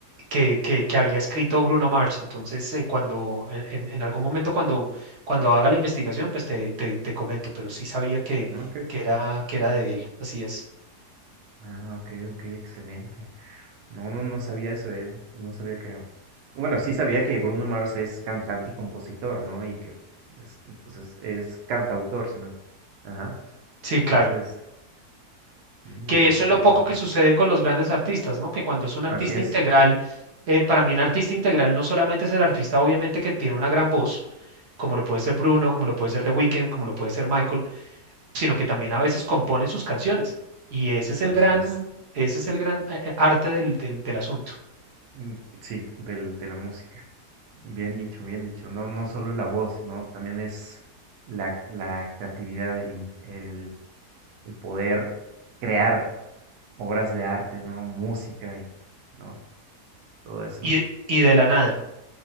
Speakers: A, on the right; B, on the right.
A: que, que- que había escrito Bruno Mars. Entonces, eh, cuando en, en- en algún momento cuando, cuando haga la investigación, pues te, te- te comento, pero sí sabía que,
B: ah, Ok,
A: que era, que era de él. Así es.
B: ah, ok, ok, excelente. No, no, no sabía eso, eh. No sabía que... Bueno, sí sabía que Bruno Mars es cantante y compositor, ¿no? Y que es, entonces es cantautor, sino. Ajá.
A: Sí,
B: Entonces,
A: claro.
B: mm,
A: que eso
B: interesante.
A: es lo poco que sucede con los grandes artistas, ¿no? Que cuando es un artista
B: Así es,
A: integral, eh, para mí un artista integral no solamente es el artista, obviamente, que tiene una gran voz, como lo puede ser Bruno, como lo puede ser The Weeknd, como lo puede ser Michael, sino que también a veces componen sus canciones. Y ese es el
B: así
A: gran,
B: es.
A: ese es el gran eh, eh, arte del, del, del asunto.
B: Mm, Sí, del, de la música. Bien dicho, bien dicho. No, no solo es la voz, sino también es la, la creatividad, el, in- el, el poder crear obras de arte, ¿no? Música y, ¿no? Todo eso.
A: Y, y de la nada.